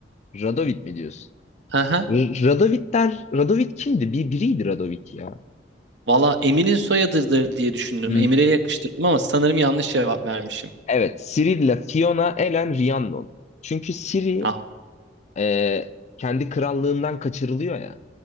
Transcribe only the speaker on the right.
Haha.
Valla Emir'in soyadıdır diye düşündüm.
Emir'e yakıştırdım ama sanırım yanlış cevap vermişim.
Ah,